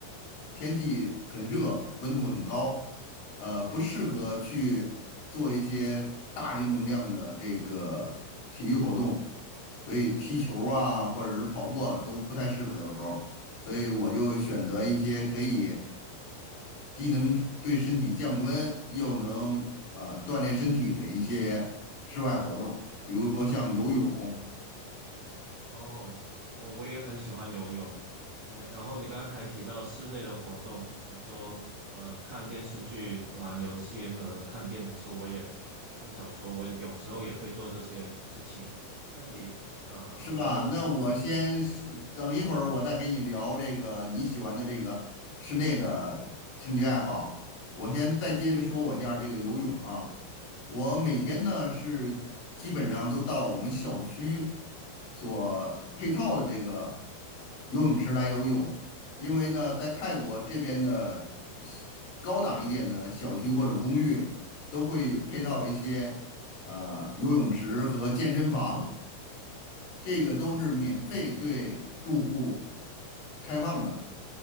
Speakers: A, on the right; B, on the left.
A: 嗯
B: 天气很热，温度很高，
A: 嗯
B: 呃，不适合去做一些大运动量的这个体育活动，所以踢球儿啊，
A: 嗯。
B: 或者是跑步啊，都不太适合有时候，所以我就选择一些可以既能对身体降温，又能啊呃锻炼身体的一些室外活动，比如说像游泳。
A: 哦，我我也很喜欢游泳。嗯，然后你刚才提到室内的活动，比如说呃看电视剧、玩游戏和看电子书，我也有看小说，我有时候也会做这些事情。那你呃玩游戏的话，
B: 是吧？那我先是等一会儿，我再跟你聊这个你喜欢的这个室内的兴趣爱好。我先再接着说我一下这个游泳啊，我每天呢是基本上都到我们小区
A: 嗯，
B: 所配套的这个游泳池来游泳，因为呢在泰国这边的高档一点的小区或者公寓都会配套一些呃游泳池和健身房。
A: 对，
B: 这个都是免费对住户
A: 没错。
B: 开放的。